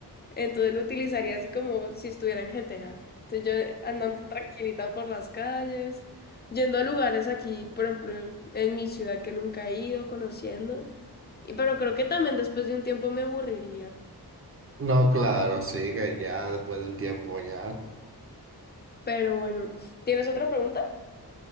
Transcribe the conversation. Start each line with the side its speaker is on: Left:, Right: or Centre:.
Left: Entonces lo utilizaría así como si estuviera en GTA. Entonces yo andando tranquilita por las calles, yendo a lugares aquí, por ejemplo, en mi ciudad que nunca he ido, conociendo. Y pero creo que también después de un tiempo me aburriría.
Right: No, claro, sí, que ya después de un tiempo ya.
Left: Pero bueno, ¿tienes otra pregunta?